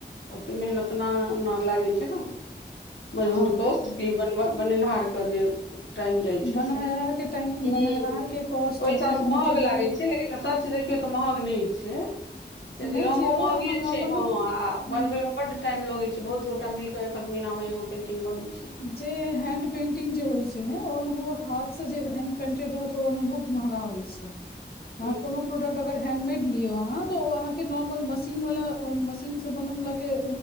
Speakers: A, on the left; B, on the left.
A: ओते मेहतना न लागै छै मजदूर
B: हँ
A: कोअष्ट के बनबा बनेनिहार कऽ जे टाइम जाइ
B: बनैनाहारके
A: छै से
B: टाइम
A: हुॅ
B: बनैनाहारके कॉस्ट
A: ओहि सभ
B: फेर
A: महग
B: मटेरियल
A: लागै छै लेकिन सच ओते तऽ महग नहि छै कियकि
B: नहि
A: रंगो
B: छै ओ
A: महगे
B: अहाँ नॉर्मलो
A: छै हैं ह आ
B: हम्म,
A: बनवे मे बड टाइम लगे छै बहुत गोटा मिल कऽ एखक महीना मे एगो पेंटिंग बनइ छै।
B: जे हैड पेंटिग जे होय छै ने ओनहो हाथ सँ जे हैड पेंटेड रहत वो अनाहवो महगा होई छै
A: <inaudible>
B: ह कोनो प्रोडक्ट अगर हैगमेट लियो अहाॅ तो अहाॅ के नोरमल मशीन वला आ मशीन से बनल बला के